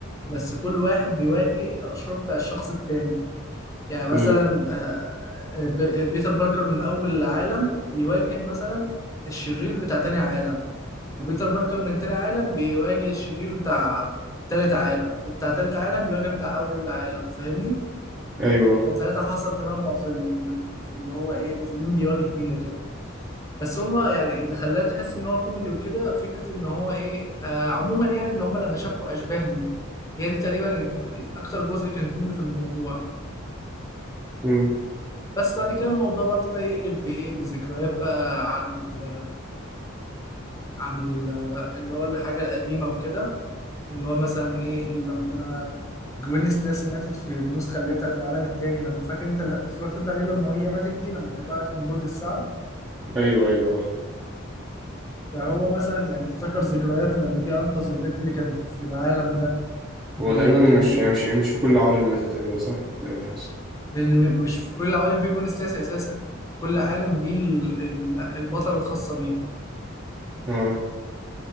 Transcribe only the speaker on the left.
بس كل واحد بيواجه الاشرار بتاع الشخص التاني يعني مثلا
آه، آه، ب- بيتر باركر من اول عالم بيواجه مثلا الشرير بتاع تاني عالم وبيتر باركر من تاني عالم بيواجه الشرير بتاع تالت عالم وبتاع تالت عالم بيواجه بتاع اول عالم فاهمني
كان ساعتها حصل تنوع في ال... في اللي هو ايه في مين بيواجه مين وكده بس هما يعني اللي خلاه تحس ان هو كوميدي وكده فكره ان هو ايه آه عموما يعني اللي هما لما شافوا اشباه ليه هي دي تقريبا الج... اكتر جزء كان كوميدي في الموضوع
بس بعد كده الموضوع بقى ابتدى يقلب بايه بذكريات بقى عن ال... عن ال... اللي هو الحاجه القديمه وكده اللي هو مثلا ايه لما جوين ستاسي ماتت في النسخه اللي هي بتاعت العالم التاني لما فاكر انت اللي اتفرجت انت عليه لما هي ماتت دي لما كانت وقعت من برج الساعه
فهو مثلا يعني افتكر ذكريات لما جه انقذ البت اللي كان في العالم ده وكان
لان م- مش في كل العوالم في جون سياسي اساسا كل عالم ليه ال- ال- البطل الخاصه بيها